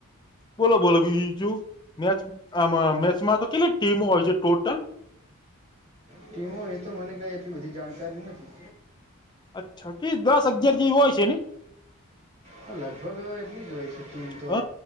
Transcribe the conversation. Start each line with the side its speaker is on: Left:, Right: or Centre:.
Left: બોલો બોલો બીજું મેચ આમાં મેચમાં તો, કેટલીક ટીમો હોય છે ટોટલ
Right: ટીમો એ તો મને કઈ એટલી બધી જાણકારી નથી.
Left: અચ્છા કે દસ અગિયાર જેવી હોય છેને.
Right: હ લગભગ હ એટલી જ હોય છે. ટીમ તો
Left: હ